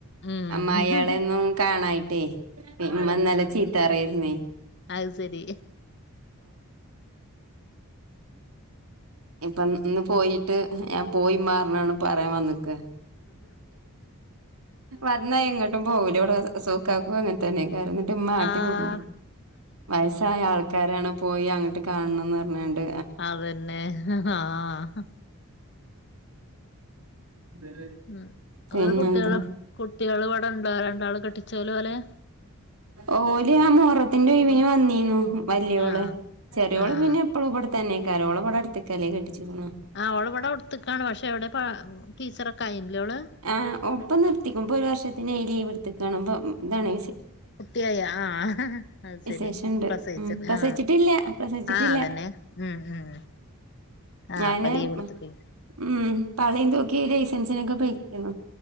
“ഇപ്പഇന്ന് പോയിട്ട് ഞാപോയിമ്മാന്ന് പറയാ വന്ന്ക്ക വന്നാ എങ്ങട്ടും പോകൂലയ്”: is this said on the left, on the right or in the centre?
Right